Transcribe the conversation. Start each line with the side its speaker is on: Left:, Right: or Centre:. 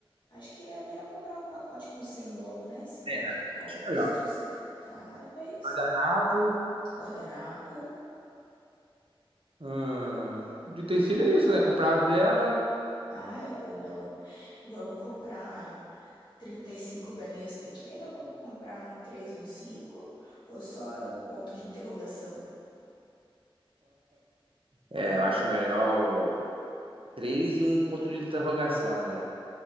Left: Acho que é melhor comprar o pacote com 100 logo, né? Cinquenta
Right: É,
Left: copos
Right: acho melhor.
Left: descartáveis.
Right: Guardanapo.
Left: Guardanapo.
Right: hum, de utensílio é isso, né? Comprar a vela.
Left: Ah, é, pô, Bela. Vamos comprar 35 velhinhas pequenas. Vamos comprar um 3 e um cinco Ou só o ponto de interrogação?
Right: É, eu acho melhor o três e um ponto de interrogação, né?